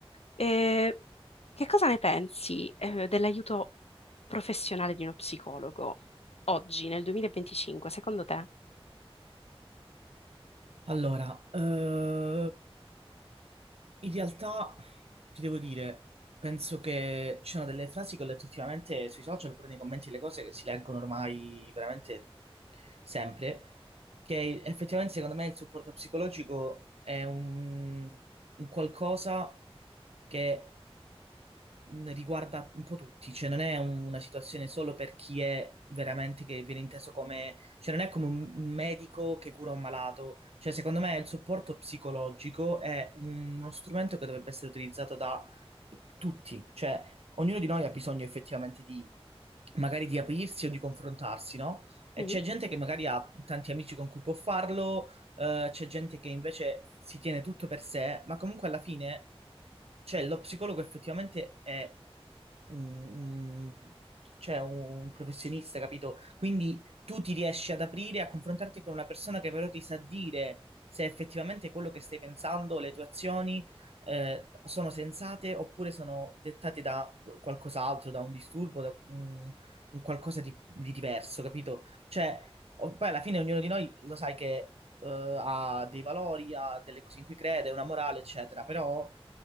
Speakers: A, on the left (about 80°); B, on the right (about 75°).
A: Eh, che cosa ne pensi, eh, dell'aiuto professionale di uno psicologo oggi, nel 2025, secondo te?
B: Allora, eh, in realtà ti devo dire, penso che ci sono delle frasi che ho letto ultimamente sui social, pure nei commenti, le cose che si leggono ormai veramente sempre, che effettivamente secondo me il supporto psicologico è un, un qualcosa che mh, riguarda un po' tutti, cioè non è un- una situazione solo per chi è veramente che viene inteso come, cioè non è come un, un medico che cura un malato, cioè secondo me il supporto psicologico è uno strumento che dovrebbe essere utilizzato da tutti, cioè ognuno di noi ha bisogno effettivamente di magari di aprirsi o di confrontarsi, no? E
A: Mm-hmm.
B: c'è gente che magari ha tanti amici con cui può farlo eh, c'è gente che invece si tiene tutto per sé, ma comunque alla fine, cioè, lo psicologo effettivamente è un, un- cioè, un professionista, capito? Quindi tu ti riesci ad aprire, a confrontarti con una persona che però ti sa dire se effettivamente quello che stai pensando, le tue azioni, eh, sono sensate oppure sono dettate da qu- qualcos'altro, da un disturbo, da un, un qualcosa di, di diverso, capito? Cioè, o- poi alla fine ognuno di noi lo sai che eh, ha dei valori, ha delle cose in cui crede, una morale, eccetera, però